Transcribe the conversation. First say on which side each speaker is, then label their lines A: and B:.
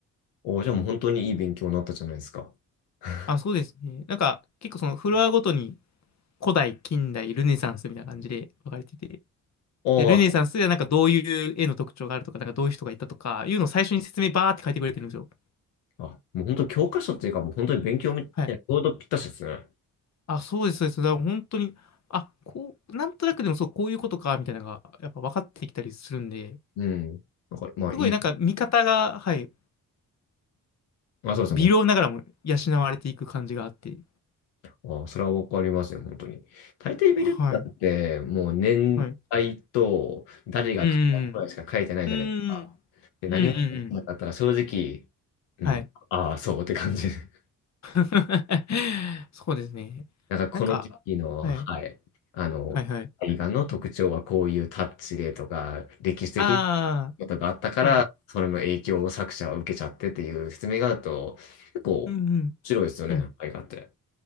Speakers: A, on the left; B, on the left.
A: おーじゃあもう本当にいい勉強になったじゃないですか。<laughs>
B: あ、そうですね。なんか、結構そのフロアごとに古代、近代、ルネサンスみたいな感じで分かれてて、
A: おー
B: で、ルネサンスではなんかどういう絵の特徴があるとか、なんかどういう人がいたとか、いうのを最初に説明バーって書いてくれてるんですよ。
A: あ、もう本当教科書っていうかもう本当に勉強みたいな、
B: はい。
A: ちょうどぴったしですね。
B: あ、そうです、そうです。だから本当に、あ、こう、なんとなくでもそう、こういうことか、みたいなのが、やっぱ分かってきたりするんで、
A: うん。なんかまあいい。
B: すごいなんか見方が、はい、
A: あ、そうですね。
B: 微量ながらも養われていく感じがあって。
A: ああ、それはわかりますね、本当に。大抵ビルダーって、
B: はい。
A: もう年代と誰が買ったくらいしか書いてないじゃないですか。
B: はい。うん。うん。うん。
A: で、
B: うん。
A: 何も書いてなかったら正直、
B: うんうんうん。
A: うん、
B: はい。
A: ああ、そうって感じ。<laughs>
B: <laughs> そうですね。
A: なんかこの時期の、
B: なんか、はい。
A: はい、あの、
B: はいはい。
A: 映画の特徴はこういうタッチでとか、歴史的
B: あ
A: なことがあったから、
B: あ、はい。
A: それの影響を作者は受けちゃってっていう説明があると、結構面白いですよね、
B: うんうん。うん。
A: 映画って。